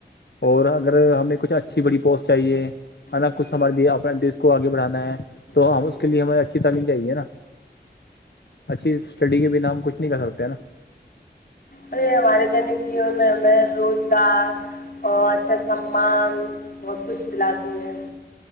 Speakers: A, on the left; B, on the left.
A: اور اگر ہمیں کچھ اچھی بڑی پوسٹ چاہیے ہے نا
B: جی ہوں،
A: کچھ
B: جی
A: ہمارے اپنے دیش کو آگے بڑھانا ہے تو
B: ہوں۔
A: ہم اس کے لیے ہمیں اچھی تعلیم چاہیے نا اچھی اسٹڈی کے بنا ہم کچھ نہیں کر سکتے ہیں نا
B: ہمارے دینک جیون میں ہمیں روزگار اور اچھا سممان بہت کچھ دلاتی ہے